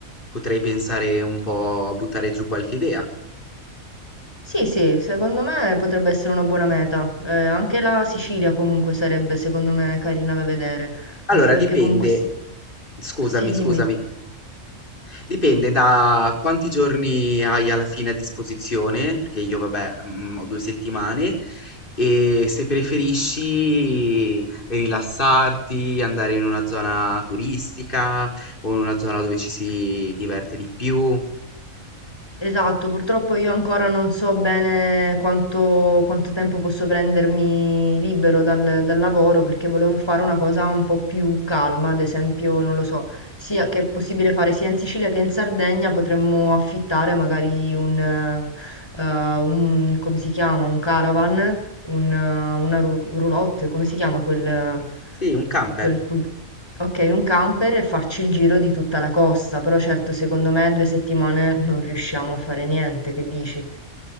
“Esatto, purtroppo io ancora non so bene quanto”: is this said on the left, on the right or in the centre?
Left